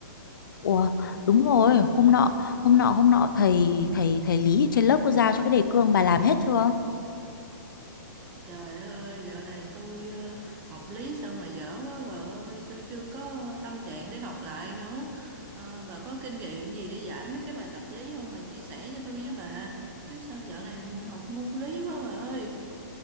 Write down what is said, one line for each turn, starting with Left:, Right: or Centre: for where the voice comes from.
Left: Ủa, đúng rồi, hôm nọ, hôm nọ, hôm nọ thầy thầy thầy Lý ở trên lớp có giao cho cái đề cương bà làm hết chưa?
Right: Trời đất ơi, dạo này tôi ờ, học lý sao mà dở quá bà ơi, tôi chưa có tâm trạng để học lại nữa. Ờ, bà có kinh nghiệm gì để giải mấy cái bài tập lý không? Bà chia sẻ cho tôi với bà. Chứ sao dạo này mà học ngu lý quá bà ơi.